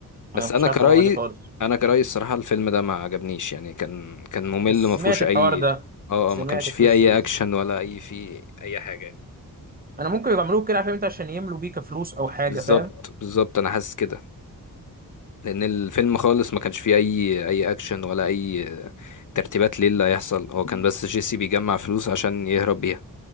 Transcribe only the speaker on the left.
بس
انا
كرأيي
انا كرأيي الصراحة الفيلم ده ما عجبنيش يعني كان كان ممل
ما فيهوش
اي
اه
اه ما كانش
فيه اي
اكشن ولا اي فيه اي حاجة يعني.
بالظبط
بالظبط انا حاسس كده لان الفيلم خالص ما كانش فيه اي اي اكشن ولا اي ترتيبات ليه اللي هيحصل هو كان بس جيسي بيجمع فلوس عشان يهرب بيها